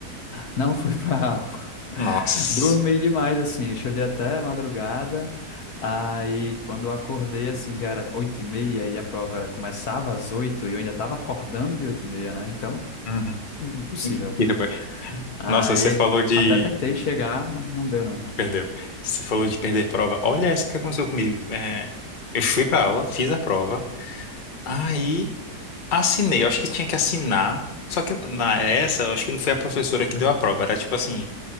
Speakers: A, on the left; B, on the left.
A: Não fui pra aula. <laughs>
B: Nossa.
A: Dormi demais, assim. Eu Estudei até madrugada. Aí, quando eu acordei, assim, já era oito e meia e a prova começava às oito e eu ainda estava acordando de oito e meia, né? Então,
B: Uhum.
A: impossível.
B: Mentira, boy.
A: Aí,
B: Nossa, você falou de.
A: até tentei chegar, mas não deu, não.
B: Não perdeu. Você falou de perder prova. Olha essa que aconteceu comigo. É, eu fui pra aula, fiz a prova. Aí Assinei, eu acho que tinha que assinar. Só que na essa, eu acho que não foi a professora que deu a prova, era tipo assim,